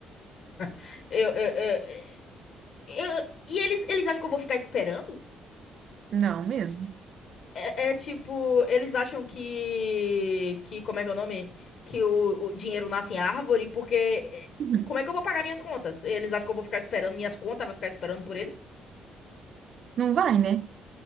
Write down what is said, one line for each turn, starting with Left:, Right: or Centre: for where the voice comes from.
Left: <laughs> Eu, eu, eu, eu- E eles, eles acham que eu vou ficar esperando?
Right: Não, mesmo.
Left: É, é tipo, eles acham que, que, como é que é o nome? Que o, o dinheiro nasce em árvore, porque
Right: Uhum.
Left: eh, como é que eu vou pagar minhas contas? Eles acham que eu vou ficar esperando minhas contas, vai ficar esperando por eles?
Right: Não vai, né?